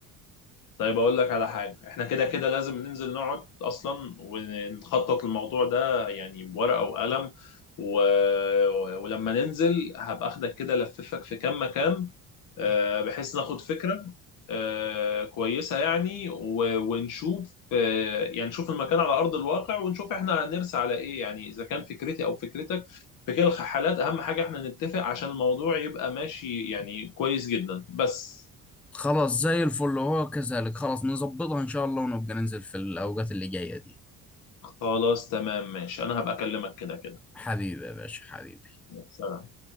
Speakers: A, on the left; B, in the centre.
A: طيب اقول لك على حاجه احنا كده كده لازم ننزل نقعد اصلا ونخطط الموضوع ده يعني بورقه وقلم و... ولما ننزل هبقى اخدك كده لففك في كام مكان آه، بحيث ناخد فكرة آه، كويسة يعني و- ونشوف آه، يعني نشوف المكان على أرض الواقع ونشوف احنا هنرسى على إيه يعني إذا كان فكرتي أو فكرتك في كلا الحالات أهم حاجة احنا نتفق عشان الموضوع يبقى ماشي يعني كويس جدا بس
B: خلاص زي الفل هو كذلك خلاص نظبطها ان شاء الله ونبقى ننزل في الاوقات اللي جايه دي
A: خلاص تمام ماشي أنا هبقى أكلمك كده كده
B: حبيبي يا باشا حبيبي
A: سلام